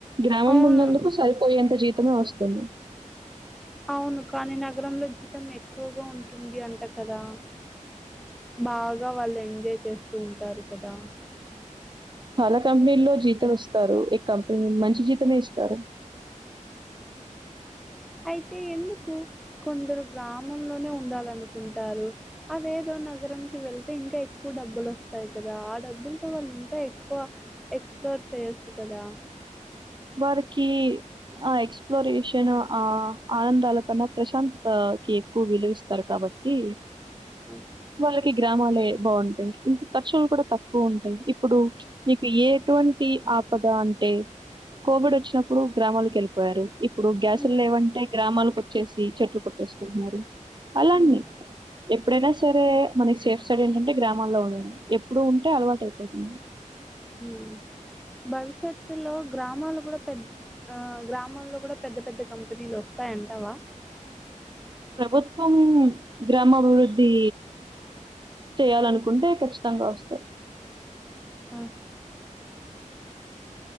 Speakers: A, on the right (about 35°); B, in the centre.
A: గ్రామం
B: అవును
A: ఉన్నందుకు సరి పోయే ఎంత జీతము వస్తుంది.
B: అవును కానీ నగరంలో జీతం ఎక్కువగా ఉంటుంది. అంట కదా బాగా వాళ్ళు ఎంజాయ్ చేస్తూ ఉంటారు. కదా
A: చాలా కంపెనీల్లో జీతం ఇస్తారు. ఈ కంపెనీ మంచి జీతమే ఇస్తారు.
B: అయితే ఎందుకు కొందరు గ్రామంలోనే ఉండాలనుకుంటారు. అదేదో నగరంకి వెళ్తే ఇంకా ఎక్కువ డబ్బులు వస్తాయి కదా. ఆ డబ్బులతో వాళ్ళు ఇంకా ఎక్కువ ఎక్స్ప్లోర్ చేయొచ్చు కదా.
A: వారికి ఆ ఎక్స్ప్లోరేషన్ ఆ ఆనందాల కన్నా ప్రశాంతతకి ఎక్కువ విలువిస్తారు. కాబట్టి
B: ఆ!
A: వాళ్ళకి ఈ గ్రామాలే బాగుంటాయి ఇంకా ఖర్చులు కూడా తక్కువ ఉంటాయి. ఇప్పుడు మీకు ఎటువంటి ఆపద అంటే కోవిడ్ వచ్చినప్పుడు గ్రామాలకు వెళ్ళిపోయారు. ఇప్పుడు గ్యాసులు
B: హ్మ్.
A: లేవంటే గ్రామాలకు చేసి చెట్లు కొట్టేసుకుంటున్నారు. అలా
B: హ్మ్.
A: అన్ని ఎప్పుడయినా నా సరే మనకి సేఫ్ సైడ్ ఏంటంటే గ్రామాల్లో ఉండడం. ఎప్పుడు ఉంటే అలవాటు అయిపోతుంది.
B: హ్ భవిష్యత్తులో గ్రామాలు కూడా పెద్ద గ్రామాల్లో కూడా పెద్ద పెద్ద కంపెనీలు వస్తాయంటావా
A: ప్రభుత్వం గ్రామాభివృద్ధి చేయాలనుకుంటే ఖచ్చితంగా వస్తాయి.
B: ఆ